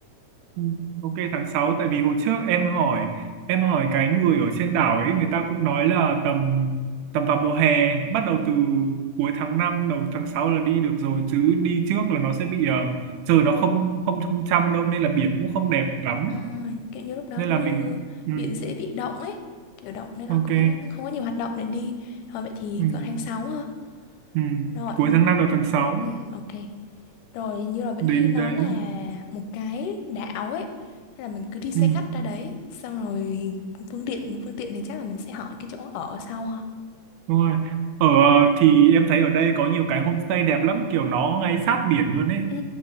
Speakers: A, on the right; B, on the left.
A: Ừ, Ok tháng sáu tại vì hồi trước em hỏi em hỏi cái người ở trên đảo ấy người ta cũng nói là tầm tầm vào mùa hè bắt đầu từ cuối tháng 5 đầu tháng 6 là đi được rồi chứ đi trước là nó sẽ bị ờ, trời nó không không trong trong đâu nên là biển cũng không đẹp lắm
B: Ờ, kiểu như lúc đó
A: nên
B: hình
A: là
B: như
A: mình ừ,
B: biển dễ bị động ấy. Kiểu động nên là
A: ok
B: cũng không có nhiều hoạt động để đi. Ờ, vậy thì
A: ừ,
B: cỡ tháng 6 ha.
A: ừ.
B: Rồi,
A: cuối tháng 5 đầu tháng 6
B: ừ, ok. Rồi hình như là Vĩnh
A: đến
B: Hy nó
A: đấy
B: là một cái đảo ấy. Thế là mình cứ đi xe
A: ừ,
B: khách ra đấy. Xong rồi phương tiện, phương tiện thì chắc là mình sẽ hỏi cái chỗ ở sau ha.
A: đúng rồi ở ờ, thì em thấy ở đây có nhiều cái homestay đẹp lắm kiểu nó ngay sát biển luôn ấy
B: Ừ.